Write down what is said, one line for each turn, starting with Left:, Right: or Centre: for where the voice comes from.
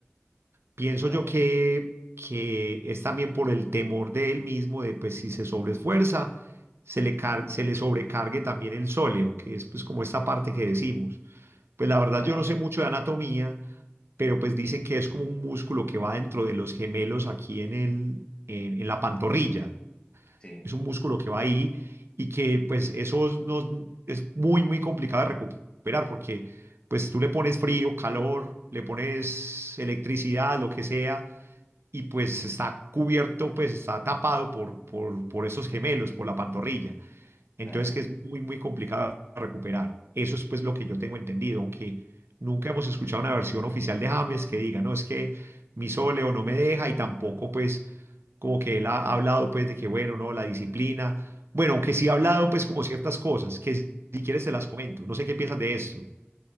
Right: Pienso
Left: claro,
Right: yo que, que es también por el temor de él mismo, de pues si se sobreesfuerza, se le, car- se le sobrecargue también el sóleo, que es pues como esta parte que decimos. Pues la verdad
Left: claro,
Right: yo no sé mucho de anatomía, pero pues dicen que es como un músculo que va dentro de los gemelos aquí en el, en, en la pantorrilla.
Left: sí,
Right: Es un músculo que va ahí y que pues eso nos, es muy, muy complicado de recuperar porque pues tú le pones frío, calor, le pones electricidad, lo que sea y pues está cubierto, pues está tapado por, por, por esos gemelos, por la pantorrilla.
Left: claro.
Right: Entonces que es muy, muy complicado de recuperar. Eso es pues lo que yo tengo entendido, aunque nunca hemos escuchado una versión oficial de James que diga, no, es que mi soleo no me deja y tampoco pues como que él ha ha hablado pues de que bueno, no, la disciplina. Bueno, aunque sí ha hablado pues como ciertas cosas, que si si quieres te las comento. No sé qué piensas de esto.